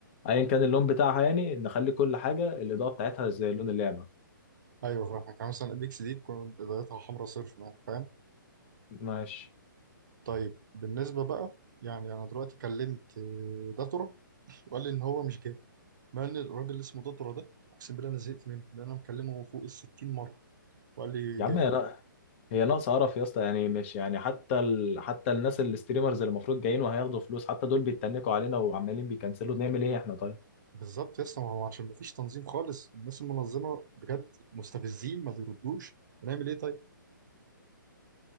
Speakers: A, on the left; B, on the right.
A: ايا كان اللون بتاعها يعني نخلي كل حاجه الاضاءه بتاعتها زي لون اللعبه
B: ايوه فاهمك يعني مثلا الاكس دي تكون بدايتها حمراء صرف يعني فاهم
A: ماشي
B: طيب بالنسبه بقى يعني انا دلوقتي كلمت آه، داتورا وقال لي ان هو مش جاي مع ان الراجل اللي اسمه داتورا ده اقسم بالله انا زهقت منه لان انا مكلمه فوق ال 60 مره وقال لي
A: يا
B: جاي
A: عم هي لا هي ناقصه قرف يا اسطى يعني مش يعني حتى ال... حتى الناس الستريمرز اللي المفروض جايين وهياخدوا فلوس حتى دول بيتنكوا علينا وعمالين بيكنسلوا نعمل ايه احنا طيب
B: بالظبط يا اسطى ما هو عشان ما فيش تنظيم خالص الناس المنظمه بجد مستفزين ما بيردوش هنعمل ايه طيب